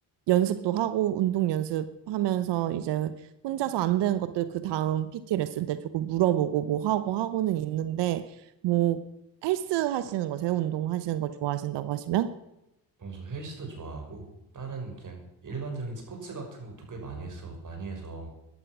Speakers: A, on the right; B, on the right.
A: 연습도 하고, 운동 연습하면서 이제 혼자서 안 되는 것들 그 다음 PT 레슨 때 조금 물어보고 뭐 하고 하고는 있는데, 뭐 헬스 하시는 거세요? 운동 하시는 거 좋아하신다고 하시면?
B: 어, 저 헬스도 좋아하고 다른 그냥 일반적인 스포츠 같은 것도 꽤 많이 했어 많이 해서